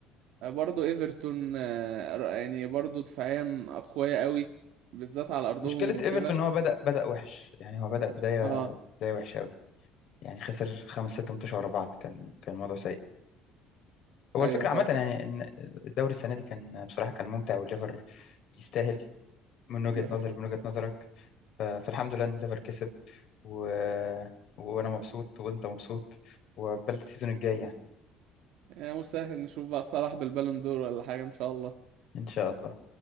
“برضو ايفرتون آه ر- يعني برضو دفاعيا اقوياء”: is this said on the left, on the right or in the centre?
Right